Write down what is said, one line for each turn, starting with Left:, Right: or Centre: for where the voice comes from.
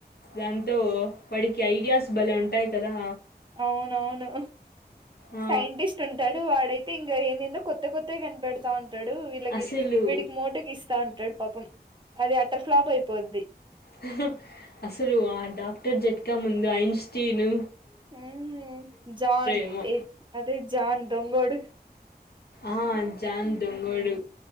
Left: దాంతో వాడికి ఐడియాస్ బలే ఉంటాయి కదా
Right: అవునవును
Left: ఆ,
Right: సైంటిస్ట్ ఉంటాడు వాడైతే ఇంకా ఎందెందో కొత్త కొత్తగా కనిపెడతా ఉన్ ఉంటాడు వీళ్ళకి
Left: అసలు
Right: వీడికి మోటుకి ఇస్తా ఉంటాడు పాపం అది అట్టర్ ఫ్లాప్ అయిపోద్ది
Left: హూ హు అసలు ఆ డాక్టర్ జట్కా ముందు ఐన్స్టీను
Right: ఉమ్ జాన్
Left: ఏమో
Right: ఏ అదే జాన్ దొంగోడు
Left: ఆ జాన్ దొంగోడు